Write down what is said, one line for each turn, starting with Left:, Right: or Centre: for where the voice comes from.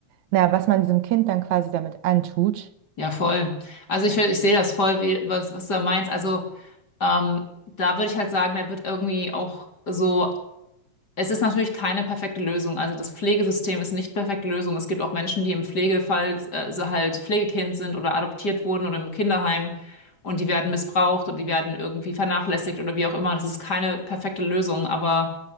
Right: na, was man diesem Kind dann quasi damit antut.
Left: Ja, voll. Also ich, ich sehe das voll, wie- was, was du da meinst. Also ähm, da würde ich halt sagen, da wird irgendwie auch so Es ist natürlich keine perfekte Lösung. Also das Pflegesystem ist nicht perfekte Lösung. Es gibt auch Menschen, die im Pflegefall äh, so halt Pflegekind sind oder adoptiert wurden oder im Kinderheim und die werden missbraucht oder die werden irgendwie vernachlässigt oder wie auch immer. Das ist keine perfekte Lösung, aber